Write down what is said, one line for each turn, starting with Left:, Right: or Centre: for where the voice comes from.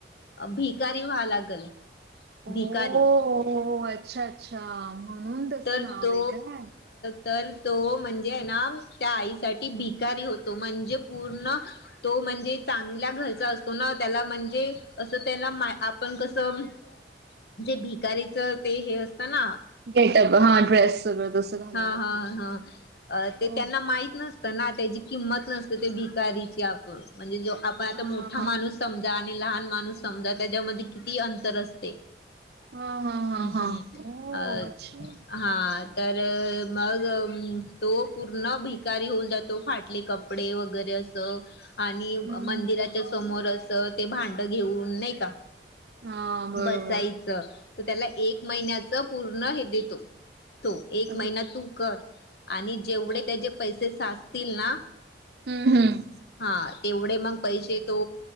Left: अ भीक कारी व्हायल लागल.
Right: ओ
Left: भिकारी
Right: हो अच्छा! अच्छा, म्हणून तस
Left: तर
Right: नाव
Left: तो
Right: आहे का?
Left: तर तो म्हणजे आहे ना त्या आईसाठी भिकारी होतो म्हणजे पूर्ण तो म्हणजे चांगल्या घरचा असतो ना त्याला म्हणजे असं त्याला माय आपण कसं
Right: <inaudible>
Left: जे भिकारीचं ते हे असतं ना
Right: गेट अप हा ड्रेस सगळं तसं. घालावं
Left: हा
Right: लागतं.
Left: हा हा अ ते
Right: हो.
Left: त्यांना माहित नस त्यांना त्याची किंमत नसते ते भिकारीची आपण म्हणजे जो आपण आता
Right: हा
Left: मोठा
Right: हा हा
Left: माणूस समजा आणि लहान माणूस समजा त्याच्यामध्ये किती अंतर असते.
Right: हा हा हा
Left: हम्म हम्म
Right: हा हो
Left: अ
Right: अच्छा हम्म
Left: हा तर मग तो पूर्ण भिकारी होऊन जातो फाटले कपडे वगैरे अस तो आणि
Right: हम्म
Left: मंदिराच्या समोर अस ते भांड घेऊन नाही का
Right: हा बरोबर
Left: बसायचं तर त्याला एक महिन्याच पूर्ण हे देतो होतो एक
Right: ओके
Left: महिना तू कर आणि जेवढे
Right: हो
Left: त्याचे पैसे साचतील ना
Right: हम्म हम्म!
Left: हा तेवढे मग पैसे तो